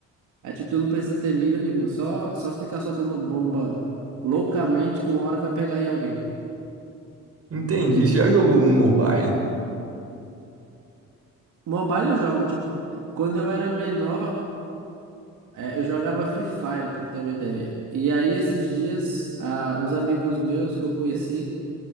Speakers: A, on the right; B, on the right.
A: Aí tipo, tu não precisa ter mira nenhuma, só, só ficar soltando bomba loucamente que uma hora vai pegar em alguém.
B: Entendi. Você já jogou algum mobile?
A: Mobile eu jogo, tipo, quando eu era menor. É, eu jogava Free Fire, pra tu ter uma ideia. E aí, esses dias, ah, uns amigos meus que eu conheci,